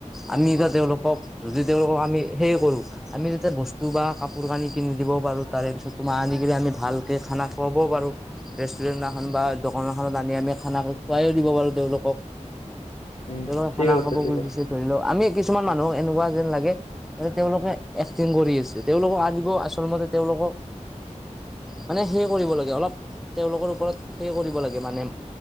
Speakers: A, in the centre; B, on the left (about 70°).
A: আমি এতিয়া তেওঁলোকক যদি তেওঁলোকক আমি সেৰি কৰো। আমি তেতিয়া বস্তু বা কাপোৰ কানি কিনি দিব পাৰো তাৰে পিছত তোমাৰ আনি কিনে আমি ভালকে খানা খুৱাবও পাৰো। ৰেষ্টুৰেণ্ট এখন বা দোকান এখনত আনি আমি খানা খুৱাইও দিব পাৰো তেওঁলোকক।
B: উম
A: তেওঁ
B: ঠিক
A: খানা
B: আছে
A: খাব
B: ঠিক
A: খুজিছে
B: আছে
A: ধৰি লওঁক, আমি কিছুমান মানুহ এনেকুৱা যেন লাগে- এ তেওঁলোকে এক্টিং কৰি আছে, তেওঁলোকক আনিব আচল মতে তেওঁলোক- মানে সেই কৰিব লাগে অলপ তেওঁলোকৰ ওপৰত সেই কৰিব লাগে মানে-